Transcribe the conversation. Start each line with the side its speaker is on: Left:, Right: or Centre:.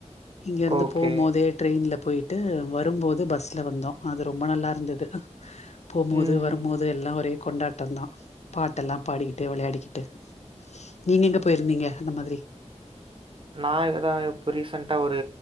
Left: இங்க இருந்து
Right: ஓகே.
Left: போம் போதே ட்ரெயின்ல போயிட்டு வரும்போது பஸ்ல வந்தோ அது ரொம்ப நல்லாருந்தது போம்போது
Right: ம்.
Left: வரும்போது எல்லா ஒரே கொண்டாட்டம்தா பாட்டெல்லா பாடிக்கிட்டு விளையாடிக்கிட்டு நீங்க எங்க போய்ருந்தீங்க அந்த மாதிரி
Right: நா இதாலா இப்ப ரீசன்டா ஒரு